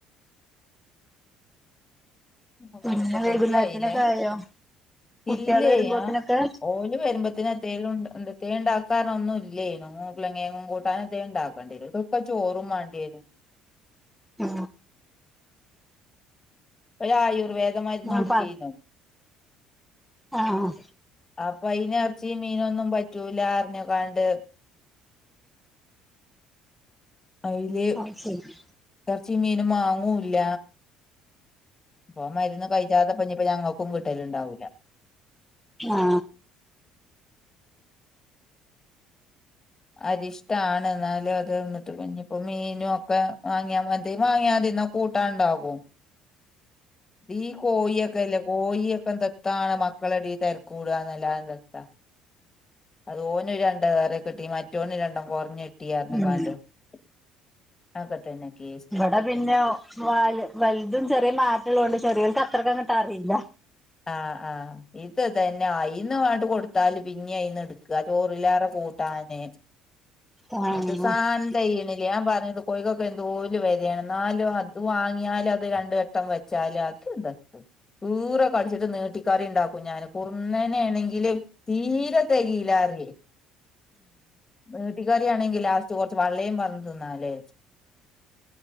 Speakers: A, on the left; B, in the centre.
A: ഒന്നേമുപ്പത്തഞ്ചു
B: പിന്നെ വൈകുന്നേരത്തിനൊക്കെ
A: ആയില്ലേ
B: ആയോ കുട്ടികള്
A: ഇല്ലെ
B: വരുമ്പോത്തിനൊക്കെ
A: അ ഓല് വരുമ്പോത്ത് ന തേലുണ്ടാ തേ ഇണ്ടാക്കാനൊന്നു ല്ലേയ്നു ഉർളകേങ്ങും കൂട്ടാനെ തേ ഇണ്ടാക്കേണ്ടിരും ഓൽക്ക് പ്പചോറും മാണ്ടിയേ നും
B: ആ
A: ഒരായുർവേദമാര് ന്നുടിിച്ച്യുന്നു
B: ആ പ ആ ആഹ്
A: അപ്പയിന് എറച്ചി മീനൊന്നും പറ്റൂല ർഞ്ഞ് കാണ്ട് അയ്ല്
B: അത് ശരി
A: എറച്ചി മീനും മാങ്ങൂല്ല ഒൻമരുന്ന് കഴിച്ചാത്തെ ഞ്ഞ് പ്പഞ്ഞിപ്പ ഞങ്ങക്കും കിട്ട ലു ണ്ടാകുല
B: ആ
A: അരിഷ്ടാണ് ഇന്നാലുഅത് നിട്ട് ഞ്ഞ് പ്പോ മീനു ഒക്കെ മാങ്ങിയാ മതി മാങ്ങ്യാ മതി ന്നഒ കൂട്ടാണ്ടാകും ഈ കോഴിയൊക്കെ ല്ലേ കോഴിയൊക്കെ ദെത്താണ് മക്കളെടെ തെരകൂടാന്നല്ലാതെ ദെത്ത. അത് ഓന രണ്ടം ഏറെ കിട്ടി മറ്റോ നൊ രണ്ട് കുറഞ്ഞി ട്ടിയർ
B: ഉം
A: ഞ്ഞ് കാണ്ട്അക്കെത്തന്നെ കേസ്
B: ഇവിടെ പിന്നെ വലു വലുതും ചെറിയ മാറ്റള്ളത് കൊണ്ട് ചെറിയോൾക്കത്ര തന്നിട്ട് അറിയില്ല
A: ആ ആ ഇത് തന്നെ അയിന്ന് ആണ്ട് കൊടുത്താല് പിന്നിഅയിന്ന് ഇട്ക്ക ചോറിലാറെ കൂട്ടാന്
B: ആ
A: എന്നട്ട് സാൻ ത്യണില്ല ഞാ പറഞ്ഞത് തെയ് തെയ്ണില്ല ഞാൻ പ റഞ്ഞികൊഴികൊക്കെ ന്തോലു വെല യാണ് ഇന്നാലും അത് വാങ്ങിയാലും അത് രണ്ട വെട്ടം വെ' ചാ ല്യാർക് ദത്ത് ദൂറെ കടിച്ചിട്ട് നീട്ടിക്കറി ണ്ടാക്കു ഞാാന് കുറന്നനെ ണങ്കില് തീരെ തേയിലാറേ നീട്ടിക്കറിയാണെങ്കിൽ ലാസ്റ്റ് കൊറച്ച് െവള്ളേങ്കിലും പാർന്ന് തിന്നലേ ജാർച്ച് തിന്ന